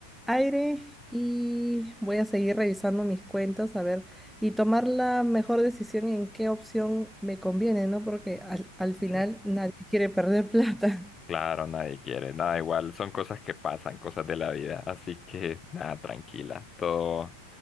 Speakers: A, in the centre; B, on the left.
A: aire y voy a seguir revisando mis cuentas, a ver, y tomar la mejor decisión en qué opción me conviene, ¿no? Porque al, al final
B: Sí.
A: nadie quiere perder plata. <laughs>
B: Claro, nadie quiere, nada igual, son cosas que pasan, cosas de la vida, así que nada, tranquila, todo